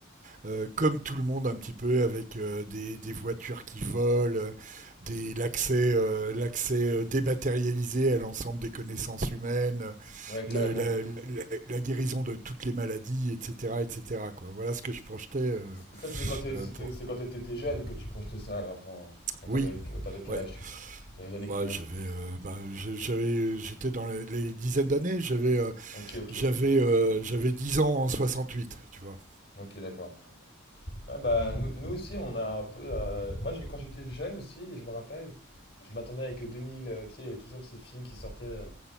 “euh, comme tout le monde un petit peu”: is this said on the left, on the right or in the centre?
Right